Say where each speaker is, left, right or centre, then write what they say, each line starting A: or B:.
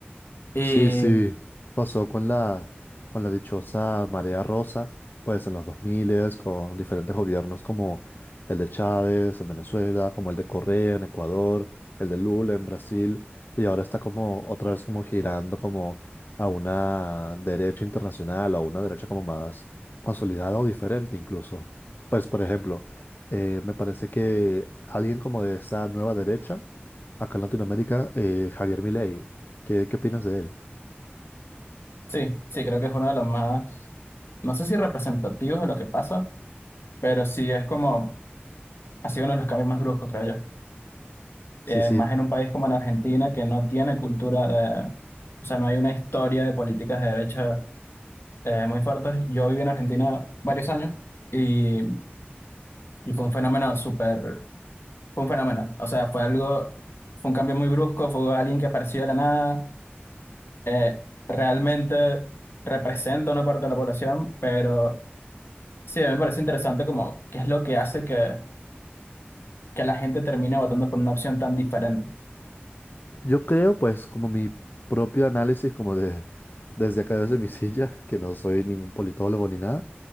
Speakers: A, on the left (about 70°); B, on the left (about 50°).
A: Y
B: Sí, sí, pasó con la, con la dichosa marea rosa, pues en los 2000 con diferentes gobiernos como el de Chávez en Venezuela, como el de Correa en Ecuador, el de Lula en Brasil, y ahora está como otra vez como girando como a una derecha internacional, a una derecha como más consolidada o diferente incluso. Pues por ejemplo, eh, me parece que alguien como de esa nueva derecha, acá en Latinoamérica, eh, Javier Milei, ¿qué, qué opinas de él?
A: sí, sí, creo que es uno de los más, no sé si representativos de lo que pasa, pero sí es como, ha sido uno de los cambios más bruscos, creo yo. eh,
B: Sí, sí.
A: más en un país como en Argentina que no tiene cultura de, o sea, no hay una historia de políticas de derecha eh, muy fuertes. Yo viví en Argentina varios años y, y fue un fenómeno súper, fue un fenómeno, o sea, fue algo, fue un cambio muy brusco, fue alguien que apareció de la nada, eh, realmente representa una parte de la población, pero sí, a mí me parece interesante como qué es lo que hace que, que la gente termine votando por una opción tan diferente.
B: Yo creo, pues, como mi propio análisis, como de desde acá desde mi <laughs> silla, que no soy ningún politólogo ni nada.